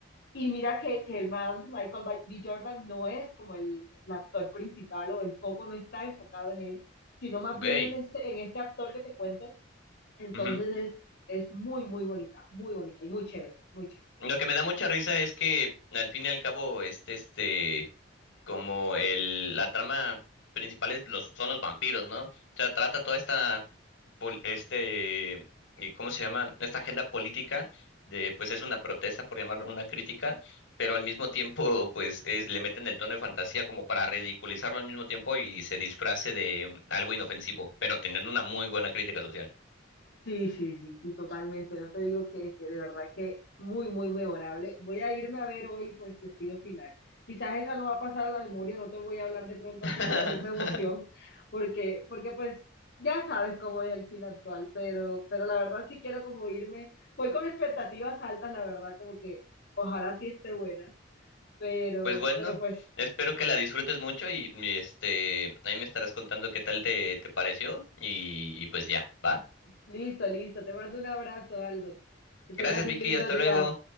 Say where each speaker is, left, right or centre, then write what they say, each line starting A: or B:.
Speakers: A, on the left; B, on the left.
A: Y mira que, que el man Michael B. Jordan no es como el, el actor principal o el foco no está enfocado en él, sino más
B: ok.
A: bien en este, en este actor que te cuento. Entonces
B: ujú.
A: es, es muy, muy bonita, muy bonita y muy chévere, muy chévere.
B: Lo que me da mucha risa es que al fin y al cabo, este, este, como el, la trama principal es los, son los vampiros, ¿no? O sea, trata toda esta pol- este, eh, ¿cómo se llama? Esta agenda política de, pues es una protesta, por llamar una crítica, pero al mismo tiempo, <laughs> pues es, le meten el tono de fantasía como para ridiculizarlo al mismo tiempo y se disfrace de mm, algo inofensivo, pero teniendo una muy buena crítica social.
A: Sí, sí, sí, sí, totalmente. No te digo que, que de verdad que muy, muy memorable. Voy a irme a ver hoy, pues, Destino Final. Quizás esa no va a pasar a la memoria, no te voy a hablar de pronto
B: <laughs>
A: así con la misma emoción, porque, porque pues ya sabes cómo es el cine actual, pero, pero la verdad sí quiero como irme, voy con expectativas altas, la verdad, como que ojalá sí esté buena, pero,
B: Pues bueno,
A: pero pues
B: espero que la disfrutes mucho y mi, este, ahí me estarás contando qué tal te, te pareció y, y pues ya, ¿va?
A: listo, listo. Te mando un abrazo, Aldo. Que tengas
B: Gracias,
A: un
B: Vicky,
A: lindo
B: hasta
A: día.
B: luego.